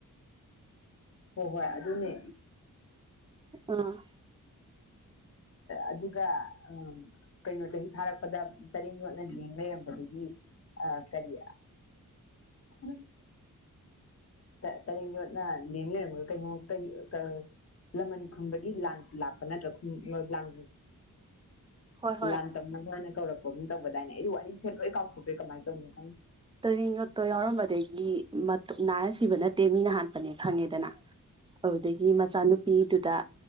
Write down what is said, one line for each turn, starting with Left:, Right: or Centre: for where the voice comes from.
Left: ꯍꯣꯏ ꯍꯣꯏ ꯑꯗꯨꯅꯦ
Right: ꯑ
Left: ꯑꯗꯨꯒ ꯎꯝ ꯀꯩꯅꯣ ꯆꯍꯤ ꯊꯥꯔꯛꯄꯗ ꯇꯔꯦꯡꯠ ꯌꯣꯠꯅ ꯂꯦꯡ ꯂꯩꯔꯝꯕꯗꯒꯤ ꯑ ꯀꯔꯤ ꯎꯝ <unintelligible> ꯂꯃꯟ ꯈꯨꯝꯕꯒꯤ ꯂꯥꯟ ꯂꯥꯛꯄ ꯅꯠꯇ꯭ꯔꯥ ꯂꯥꯟ
Right: ꯍꯣꯏ ꯍꯣꯏ
Left: ꯂꯥꯟꯇꯝꯅꯕ ꯀꯧꯔꯛꯄꯒꯨꯝ ꯇꯧꯕꯗꯥꯏꯅꯦ ꯑꯩ ꯋꯥꯔꯤꯁꯦ ꯂꯣꯏ ꯀꯥꯎꯊꯣꯛꯈ꯭ꯔꯦ ꯀꯃꯥꯏꯅ ꯇꯧꯕꯅꯣ ꯈꯪꯗꯦ
Right: ꯇꯔꯦꯡ ꯌꯣꯠꯇꯣ ꯌꯥꯎꯔꯝꯕꯗꯒꯤ ꯃꯠ ꯅꯥꯔ ꯁꯤꯕ ꯅꯠꯇꯦ ꯃꯤꯅ ꯍꯥꯠꯄꯅꯦ ꯈꯪꯉꯦꯗꯅ
Left: <unintelligible>
Right: ꯑꯗꯨꯗꯒꯤ ꯃꯆꯥꯅꯨꯄꯤꯗꯨꯗꯥ